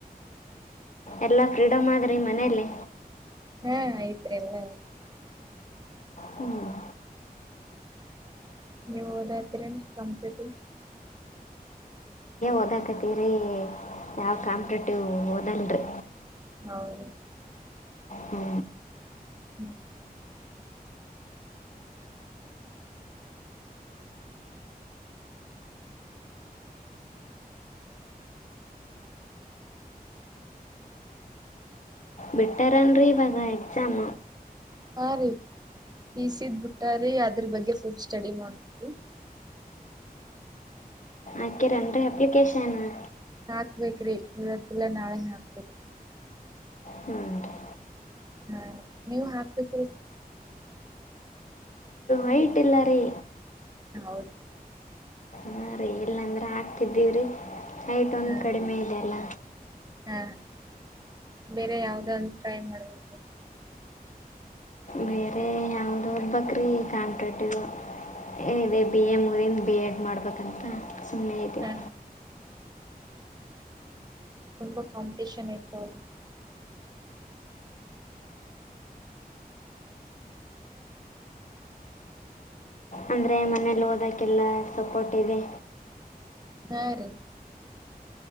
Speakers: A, on the left (about 50°); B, on the right (about 25°).
A: ಎಲ್ಲಾ ಫ್ರೀಡಂಮ್ ಮಾಡ ನಿಮ್ ಮನೆಲಿ.
B: ಹಾ ಆಯ್ತ್ರಿ ಎಲ್ಲ.
A: ಹ್ಞೂ
B: ಯೋದದ್ರೇನ್ ಕಾಂಪಿಟೆಟಿವ್.
A: ಓದಕತೀವ್ರಿ ನಾವ್ ಕಾಂಪಿಟೇಟಿವ್ ಓದಲ್ರಿ.
B: ಹೌದು
A: ಹ್ಞೂ
B: ಹ್ಮ್
A: ಬಿಟ್ಟಾರೇನ್ರಿ ಇವಾಗ ಎಕ್ಸಾಮ
B: ಹಾ ರೀ ಪಸಿದ್ ಬಿಟ್ಟ ರೀ ಅದ್ರ ಬಗ್ಗೆ ಫುಡ್ ಸ್ಟಡಿ ಮಾಡರಿ
A: ಆರ ಆಪ್ಲಿಕ ಹನ್ನ
B: ಹಾಕ್ಬೇಕೇರಿ ಇವತ್ತಲ್ಲಾ ನಾಳೆ ಹಾಕ್ತತಿ
A: ಹ್ಞೂ ರೀ
B: ಹಾ ನೀವು ಹಾಕ್ಬೇಕ
A: ಮೈಟಿಲ್ಲರಿ
B: ಹೌದು
A: ಹ ರೀ ಇಲ್ಲಾಂದ್ರೆ ಹಾಕ್ತಿದ್ದೀವ್ರೀ ಆಯ್ಟ್ ಒಂದ
B: ಹಾ
A: ಕಡಿಮೆ ಇದೆ ಅಲ್ಲ
B: ಹಾ ಬೇರೆ ಯಾವ್ದ ಒಂದು ಟ್ರೈ ಮಾಡ್ಬೇಕು.
A: ಬೇರೆ ಯಾವ್ದೋಬಕ್ರೀ ಕಾಂಪಟೇಟ್ ಇದೆ ಬಿ ಎ ಮುಗಿಂದ ಬಿ ಎಡ್ ಮಾಡ್ಬೇಕಂತ. ಸುಮ್ನೆ ಇದೆವ.
B: ಹಾ ತುಂಬಾ ಕಾಂಪಿಟೆಷನ್ ಐತ್ ನೋಡ್.
A: ಅಂದರೆ ಮನೇಲಿ ಓದೋಕ್ಕೆಲ್ಲ ಸಪೋರ್ಟ್ ಇದೆ
B: ಹಾ ರೀ